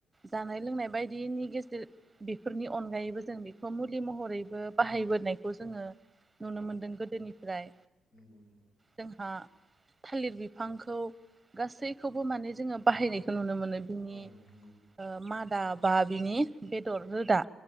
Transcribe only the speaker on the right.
जानाय लोंनाय बायदिनि गेजेर बेफोरनि अनगायैबो जों बेखौ मुलि महर रैबो बाहायबोनायखौ जोङो नुनो
मोनदों गोदोनिफ्राय
जोंहा थालिर बिफांखौ गासैखौबो माने जोङो बाहायनायखौ नुनो मो मोनो बिनि
ओ मादा बा बिनि बेदर रोदा